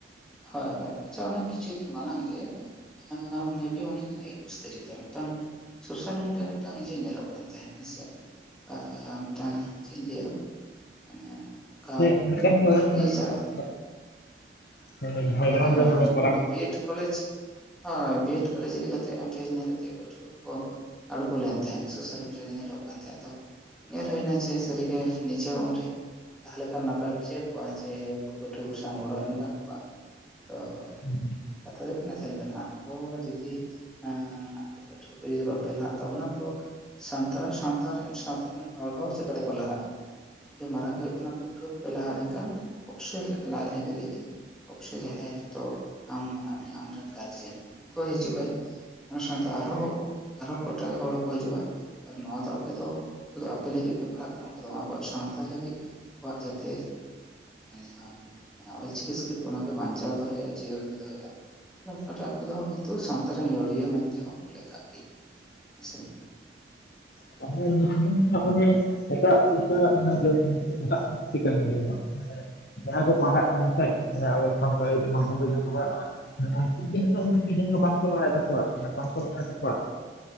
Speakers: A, in the centre; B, on the left.
A: ᱦᱳᱭ ᱦᱳᱭ ᱟᱪᱪᱷᱟ ᱚᱱᱮ ᱠᱤᱪᱷᱩ ᱫᱤᱱ ᱢᱟᱲᱟᱝ ᱛᱮ ᱦᱮᱸ ᱢᱮ ᱵᱤ ᱩᱱᱤ ᱤᱠᱩᱥ ᱛᱟᱹᱨᱤᱠᱷ ᱨᱮ ᱢᱤᱫᱴᱟᱝ ᱥᱳᱥᱟᱞ ᱢᱤᱰᱤᱭᱟ ᱨᱮ ᱢᱤᱫᱴᱟᱝ ᱤᱭᱟᱹ ᱧᱮᱞᱚᱜ ᱠᱟᱱ ᱛᱟᱦᱮᱫ ᱦᱮᱸ ᱥᱮ ᱟ ᱢᱤᱫᱴᱟᱝ ᱪᱮᱫ ᱤᱧ ᱞᱟᱹᱭᱟ ᱢᱟᱱᱮ ᱚᱱᱠᱟ
B: <unintelligible>
A: ᱤᱭᱟᱹ ᱪᱟᱞᱟᱜ
B: ᱦᱮᱸ ᱡᱷᱟᱲᱜᱨᱟᱢ
A: ᱦᱳᱭ ᱦᱳᱭ
B: ᱫᱚ ᱱᱚᱰᱮ
A: ᱦᱳᱭ
B: ᱠᱚ
A: ᱚᱱᱟ ᱵᱤᱭᱮᱰ ᱠᱚᱞᱮᱡᱽ ᱦᱳᱭ ᱵᱤ ᱮᱰ ᱠᱚᱞᱮᱡᱽ ᱤᱫᱤ ᱠᱟᱛᱮ ᱚᱰᱮ ᱧᱮᱞ ᱠᱟᱛᱮᱫ ᱯᱟᱹᱴᱷᱩᱣᱟᱹ ᱠᱚ ᱟᱬᱜᱳ ᱞᱮᱱ ᱛᱟᱦᱮᱸᱜ ᱥᱳᱥᱟᱞ ᱢᱤᱰᱤᱭᱟ ᱨᱮ ᱧᱮᱞᱚᱜ ᱠᱟᱱ ᱛᱟᱦᱮᱸᱫ ᱟᱫᱚ ᱧᱮᱞ ᱦᱩᱭᱱᱟ ᱡᱮ ᱥᱟᱹᱨᱤᱜᱮ ᱱᱤᱡᱮ ᱩᱱᱨᱮ ᱛᱟᱦᱚᱞᱮ ᱠᱷᱟᱱ ᱱᱟᱯᱟᱭ ᱵᱩᱡᱷᱟᱹᱣᱠᱚᱜᱼᱟ ᱡᱮ ᱩᱱᱠᱩ ᱯᱟᱹᱴᱷᱩᱣᱟᱹ ᱠᱚ ᱥᱟᱶ ᱜᱚᱲᱚ ᱮᱢ ᱜᱟᱱ ᱠᱚᱣᱟ ᱛᱚ
B: ᱢᱟᱱᱮ
A: ᱠᱟᱛᱷᱟ ᱫᱚ ᱦᱩᱭᱩᱜ ᱠᱟᱱᱟ ᱧᱮᱞ ᱵᱮᱱ ᱟᱢ ᱚ ᱡᱩᱫᱤ ᱟᱯᱮ ᱯᱟᱹᱴᱷᱩᱣᱟᱹ ᱠᱚ ᱡᱩᱫᱤ ᱵᱟᱯᱮ ᱞᱟᱦᱟᱜ ᱛᱟᱵᱚᱱᱟ ᱛᱚ ᱥᱟᱱᱛᱟᱲ ᱥᱟᱶᱛᱟ ᱨᱮᱱ ᱥᱟᱶᱛᱟ ᱨᱮᱱ ᱦᱚᱲ ᱦᱚ ᱪᱮᱠᱟᱛᱮᱠᱚ ᱞᱟᱦᱟᱜᱼᱟ ᱢᱟᱨᱟᱝ ᱦᱩᱭᱩᱜ ᱯᱟᱹᱴᱷᱩᱣᱟᱹ ᱠᱚᱯᱮ ᱞᱟᱦᱟ ᱞᱮᱱᱠᱷᱟᱱ ᱚᱵᱚᱥᱚᱭ ᱞᱟᱡ ᱨᱮᱸᱜᱮᱡ ᱞᱟᱹᱜᱤᱫ ᱚᱵᱚᱥᱚᱭ ᱡᱟᱦᱟᱸᱭ ᱦᱮᱛᱚᱜ ᱟᱢ ᱢᱮᱱᱟᱜ ᱢᱮᱭᱟ ᱟᱢᱨᱮᱱ ᱜᱟᱨᱡᱮᱱ ᱩᱱᱠᱩ ᱦᱚᱸ ᱦᱤᱡᱩᱜ ᱟᱭ ᱚᱱᱟ ᱥᱟᱶᱛᱮ ᱟᱨᱦᱚᱸ ᱟᱨᱦᱚᱸ ᱠᱚᱴᱮᱡ ᱦᱚᱲ ᱠᱚ ᱦᱤᱡᱩᱜᱼᱟ ᱱᱚᱣᱟ ᱫᱚ ᱟᱯᱮ ᱫᱚ ᱥᱩᱫᱩ ᱟᱯᱮ ᱞᱟᱹᱜᱤᱫ ᱯᱮ ᱯᱟᱲᱦᱟᱜ ᱠᱟᱱᱟ ᱚᱱᱠᱟ ᱫᱚ ᱵᱟᱝ ᱟᱵᱚᱣᱟᱜ ᱥᱟᱶᱛᱟ ᱞᱟᱹᱜᱤᱫ ᱟᱵᱚᱣᱟᱜ ᱡᱟᱛᱮ ᱡᱟᱦᱟᱸ ᱚᱞᱪᱤᱠᱤ ᱤᱥᱠᱨᱤᱯ ᱚᱱᱟ ᱯᱮ ᱵᱟᱧᱪᱟᱣ ᱫᱚᱦᱚᱭᱮᱜ-ᱟ ᱡᱤᱭᱟᱹᱲ ᱯᱮ ᱫᱚᱦᱚᱭᱮᱫ-ᱟ ᱛᱟᱦᱮ ᱟᱯᱮ ᱫᱚ ᱠᱤᱱᱛᱩ ᱥᱟᱶᱛᱟ ᱨᱮᱱ ᱞᱟᱹᱣᱲᱤᱭᱟᱹ ᱢᱮᱱᱛᱮᱦᱚᱸ ᱞᱮᱠᱷᱟᱜ ᱜᱮᱭᱟ ᱦᱮᱸᱥᱮ
B: <unintelligible> <unintelligible> ᱡᱟᱦᱟᱸᱭ ᱠᱚ ᱯᱟᱲᱦᱟᱜ ᱠᱟᱱᱟ ᱥᱮ ᱢᱟᱱᱮ ᱟᱵᱚ ᱥᱟᱱᱛᱟᱲᱤ ᱢᱟᱫᱽᱫᱷᱚᱢ ᱛᱮ
A: ᱦᱩᱸ
B: ᱡᱟᱦᱟᱸ ᱠᱚ ᱯᱟᱲᱦᱟᱜ ᱠᱟᱱᱟ ᱱᱤᱛᱚᱜ ᱡᱚ ᱵᱟᱝᱠᱚ ᱞᱟᱭᱮᱫ ᱛᱟᱠᱚᱣᱟ ᱵᱟᱝᱠᱚ ᱞᱟᱦᱟᱭ ᱛᱟᱠᱚᱣᱟ